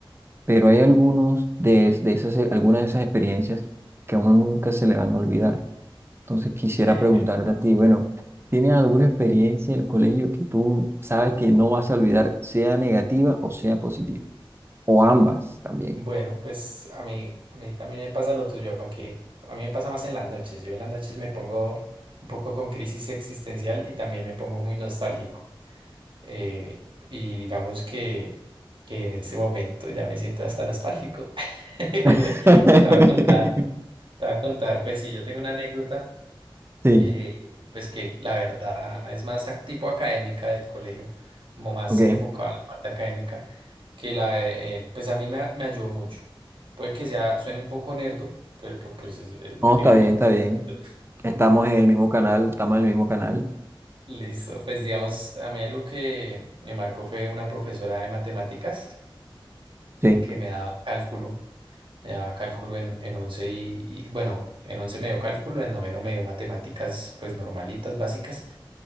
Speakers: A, on the right; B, on the right.
A: pero hay algunos de, es- de esas, algunas de esas experiencias que a uno nunca se le van a olvidar. Entonces quisiera
B: <laughs>
A: preguntarte a ti, bueno, ¿tienes alguna experiencia del colegio que tú sabes que no vas a olvidar, sea negativa o sea positiva? O ambas también.
B: Bueno, pues a mí, a mí también me pasa lo tuyo, aunque a mí me pasa más en las noches. Yo en las noches me pongo un poco con crisis existencial y también me pongo muy nostálgico. Eh, y digamos que, que en este momento ya me siento hasta nostálgico. <laughs> Te
A: <laughs>
B: voy a contar, te voy a contar, pues sí, yo tengo una anécdota.
A: Sí,
B: eh, pues que la verdad es más ac- tipo académica del colegio, como más
A: ok.
B: enfocada a la parte académica, que la de, eh, pues a mí me, a- me ayudó mucho. Puede que sea, suene un poco nerdo, pero pues es, es lo
A: No,
B: que,
A: está
B: es
A: bien, está
B: lo que...
A: bien.
B: <laughs>
A: Estamos en el mismo canal, estamos en el mismo canal.
B: Listo, pues digamos, a mí algo que me marcó fue una profesora de matemáticas
A: Sí,
B: que me daba cálculo, me daba cálculo en, en 11 y, y, bueno, en 11 me dio cálculo, en noveno me dio matemáticas pues normalitas, básicas.